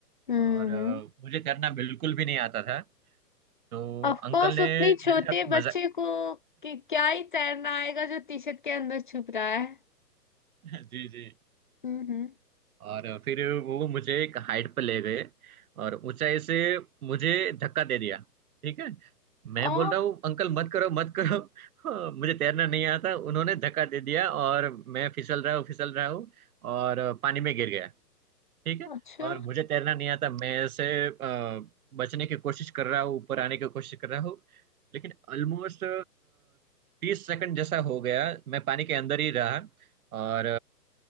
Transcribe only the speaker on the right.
और अ, मुझे तैरना बिल्कुल भी नहीं आता था तो
अंकल
ने
मेरे साथ
मजाक
<laughs> जी जी
और फिर वो मुझे एक हाइट पर ले गए और ऊंचाई से मुझे धक्का दे दिया ठीक है मैं
बोल रहा हूँ अंकल मत करो मत करो <laughs> हाँ, मुझे तैरना नहीं आता उन्होंने धक्का दे दिया और मैं फिसल रहा हूँ फिसल रहा हूँ और पानी में गिर गया ठीक है
और मुझे तैरना नहीं आता मैं ऐसे अ, बचने की कोशिश कर रहा हूँ ऊपर आने की कोशिश कर रहा हूँ लेकिन ऑलमोस्ट तीस सेकंड जैसा हो गया मैं पानी के अंदर ही रहा और